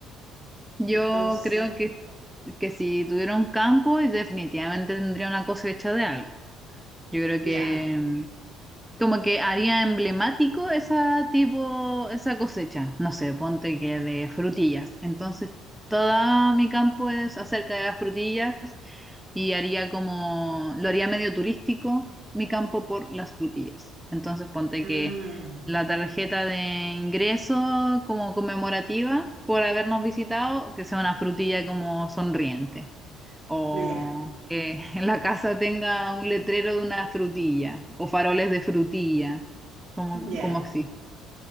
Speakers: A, in the centre; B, on the right.
A: Yo
B: Entonces,
A: creo que, que si tuviera un campo, definitivamente tendría una cosecha de algo. Yo creo
B: ya.
A: que Como que haría emblemático esa tipo, esa cosecha, no sé, ponte que de frutillas. Entonces, todo mi campo es acerca de las frutillas y haría como, lo haría medio turístico mi campo por las frutillas. Entonces, ponte
B: Ah,
A: que la tarjeta de ingreso como conmemorativa por habernos visitado, que sea una frutilla como sonriente. O
B: ya,
A: que <laughs> en la casa tenga un letrero de una frutilla o faroles de frutilla, como,
B: ya.
A: como así,